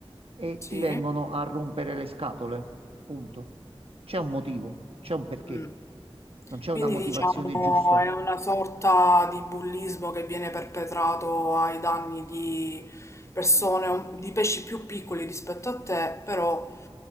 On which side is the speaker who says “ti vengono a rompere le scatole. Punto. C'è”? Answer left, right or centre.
Right